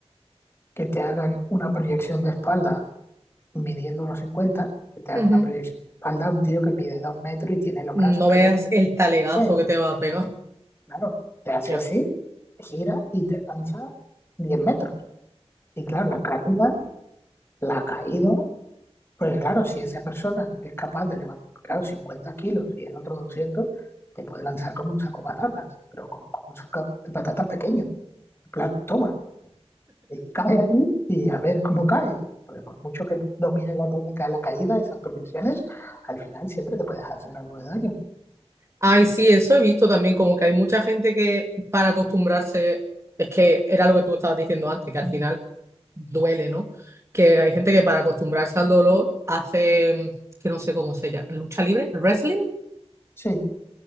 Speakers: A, on the left; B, on the right.
A: que te hagan una proyección de espalda midiendo unos 50 que te da
B: ujú.
A: una proyección de espalda, un tío que mide dos metros y tiene los
B: No
A: brazos que
B: veas
A: le...
B: el talegazo
A: Pues,
B: que te va a pegar.
A: Claro, te hace
B: Ya.
A: así, gira y te lanza 10 metros. Y claro, la caída, la caída, pues claro, si esa persona es capaz de levantar, claro, 50 kilos y el otro 200 te puede lanzar como un saco de patatas, pero co- como un saco de patatas pequeño. En plan, toma, eh, cae allí y a ver cómo caes. Porque por mucho que domines la técnica de la caída, esas prohibiciones, al final siempre te puedes hacer algo de daño.
B: Ay, sí, eso he visto también, como que hay mucha gente que para acostumbrarse, es que era lo que tú estabas diciendo antes, que al final duele, ¿no? Que hay gente que para acostumbrarse al dolor hace, que no sé cómo se llama, lucha libre, wrestling,
A: Sí,